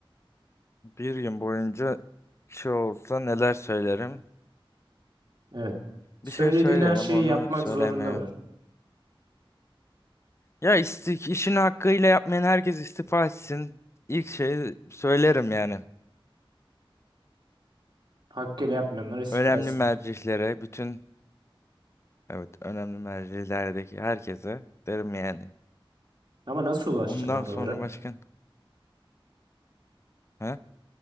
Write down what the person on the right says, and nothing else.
Evet. Söylediğin
her şeyi
yapmak
zorundalar.
Hakkıyla yapmayanlar istifa
etsin.
Ama nasıl ulaşacaksın
oralara?